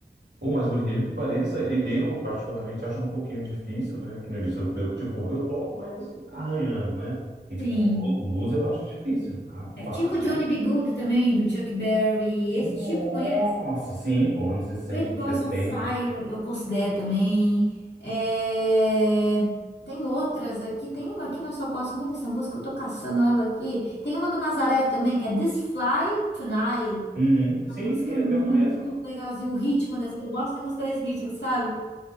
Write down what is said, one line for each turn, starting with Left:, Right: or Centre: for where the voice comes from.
Right: Ou, mas por incrível que pareça, e- eu particularmente acho um pouquinho difícil, né? Que nem eu disse, eu, eu, tipo, eu toco, mas arranhando, né? E tipo,
Left: <laughs> Sim.
Right: blu- blues eu acho difícil. Rapaz.
Left: É tipo Johnny B. Good também, do Chuck Berry, esse
Right: Nossa,
Left: tipo, conhece?
Right: sim, pô, anos 60,
Left: Great Balls
Right: 70.
Left: on Fire, eu considero também. É, Tem outras aqui, tem uma aqui, nossa, eu gosto muito dessa música, eu tô caçando ela aqui. Tem uma do Nazaré também, que é This Fly Tonight.
Right: Uhum. Sim,
Left: Uma música
Right: sim, eu
Left: é muito
Right: conheço.
Left: legalzinha, o ritmo dessa, eu gosto de música desse ritmo, sabe?